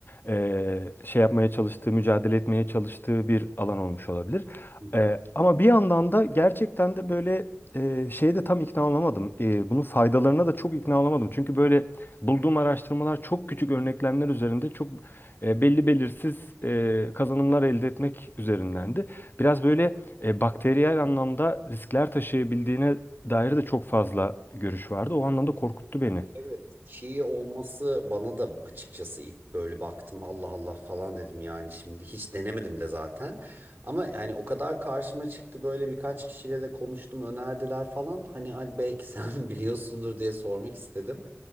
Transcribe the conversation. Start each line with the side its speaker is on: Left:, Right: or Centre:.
Left: eee, şey yapmaya çalıştığı, mücadele etmeye çalıştığı bir alan olmuş olabilir.
Right: Hı
Left: Ee,
Right: hı.
Left: ama bir yandan da gerçekten de böyle e, şeye de tam ikna olamadım. Ee, bunun faydalarına da çok ikna olamadım. Çünkü böyle bulduğum araştırmalar çok küçük örneklemler üzerinde çok e, belli belirsiz e, kazanımlar elde etmek üzerindendi. Biraz böyle e, bakteriyel anlamda riskler taşıyabildiğine dair de çok fazla görüş vardı. O anlamda korkuttu beni.
Right: Evet. Çiğ olması bana da açıkçası ilk böyle baktım Allah Allah falan dedim yani şimdi hiç denemedim de zaten. Ama yani o kadar karşıma çıktı böyle birkaç kişiyle de konuştum önerdiler falan. Hani "Ay, belki sen <laughs> biliyorsundur diye sormak istedim.